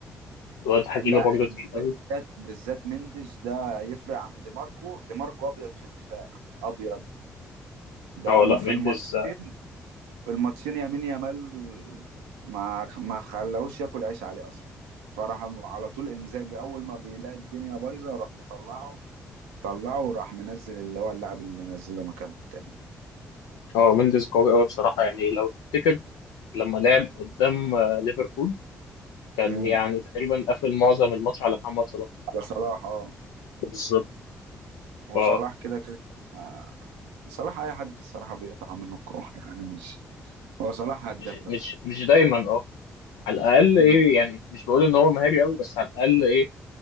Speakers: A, on the left; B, on the right.
A: الواد حكيمي
B: لا
A: برضه تقيل
B: بالذات
A: قوي
B: بالذات مندش ده يفرق عن دي ماركو دي ماركو ابيض في الدفاع ابيض ده
A: اه
B: الم-
A: لا
B: في
A: مندز
B: الماتشين في الماتشين يمين يامال ما ما خلاهوش ياكل عيش عليه اصلا فراح على طول انزاجي اول ما بيلاقي الدنيا بايظه راح مطلعه طلعه وراح منزل اللي هو اللاعب اللي نزله مكانه التاني
A: اه مندز قوي قوي بصراحه يعني لو تفتكر لما لعب قدام آه، ليفربول كان
B: مم.
A: يعني تقريبا قفل معظم الماتش على محمد صلاح
B: على صلاح اه
A: بالظبط
B: وصلاح
A: ف
B: كده كده آه. صلاح اي حد الصراحه بيقطع منه الكوره <laughs> يعني مش هو صلاح هداف
A: مش
B: بس
A: مش مش دايما اه على الاقل ايه
B: مم.
A: يعني مش بقول ان هو مهاري قوي بس على الاقل ايه